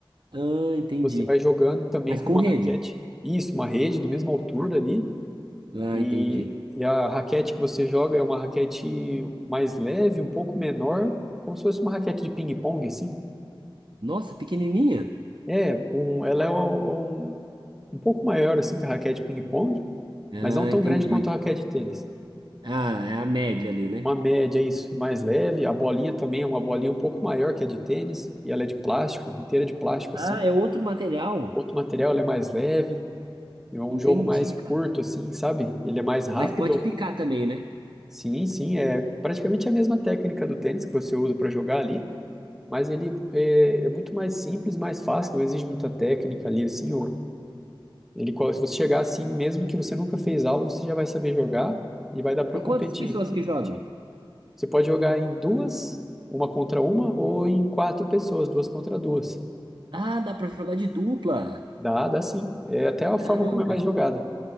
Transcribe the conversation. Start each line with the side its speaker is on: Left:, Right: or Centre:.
Right: Ah, entendi.
Centre: Você vai jogando também
Right: Mas
Centre: com
Right: com
Centre: uma
Right: rede?
Centre: raquete. Isso, uma rede do mesma altura ali.
Right: Ah,
Centre: E,
Right: entendi.
Centre: e a raquete que você joga é uma raquete mais leve, um pouco menor, como se fosse uma raquete de ping-pong, assim.
Right: Nossa, pequenininha?
Centre: É, um, ela é um, um um pouco maior assim que a raquete de ping-pong,
Right: Ah,
Centre: mas não tão
Right: entendi.
Centre: grande quanto a raquete de tênis.
Right: Ah, é a média ali, né?
Centre: Uma média, é isso, e mais leve. A bolinha também é uma bolinha um pouco maior que a de tênis, e ela é de plástico, inteira de plástico
Right: Ah,
Centre: assim.
Right: é outro material?
Centre: Outro material, ela é mais leve, e é um
Right: Entendi,
Centre: jogo mais curto
Right: cara.
Centre: assim, sabe? Ele é mais rápido.
Right: Mas pode picar também, né?
Centre: Sim, sim, é praticamente a mesma técnica do tênis que você usa para jogar ali, mas ele é, é muito mais simples, mais fácil, não exige muita técnica ali assim. o, Ele, co- se você chegar assim, mesmo que você nunca fez aula, você já vai saber jogar e vai dar para
Right: E
Centre: competir,
Right: quantas pessoas
Centre: se
Right: que
Centre: divertir.
Right: jogam?
Centre: Você pode jogar em duas, uma contra uma, ou em quatro pessoas, duas contra duas.
Right: Ah, dá pra jogar de dupla.
Centre: Dá, dá sim. É até a
Right: Caramba.
Centre: forma como é mais jogada.